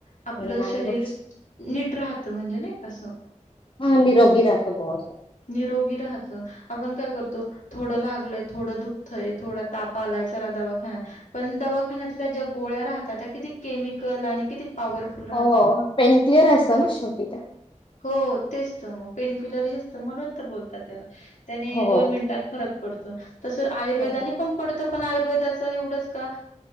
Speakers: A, on the left (about 80°); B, on the left (about 45°).
A: आपलं
B: नाही
A: शरीर
B: होत
A: नीट राहतं म्हणजे नाही कसं.
B: हा निरोगी रात बो.
A: निरोगी राहतं. आपण. काय करतो थोडं लागलंय थोडं दुख्तय थोडा तापा आलाय चला दवाखा. पण दवाखान्यातल्या ज्या गोळ्या राहतात त्या किती केमिकल आणि किती. पॉवरफुल राहतात
B: हो
A: ना.
B: पेन क्लिअर असत ना शेवटी ते.
A: हो तेच तर मग पेनकिलर हेचत म्हणून तर बोलतात त्याला त्याने
B: हो
A: दोन मिनिटात फरक. पडत तस आयुर्वेदाने
B: हो
A: पण पडतं पण आयुर्वेदाच एवढंच का.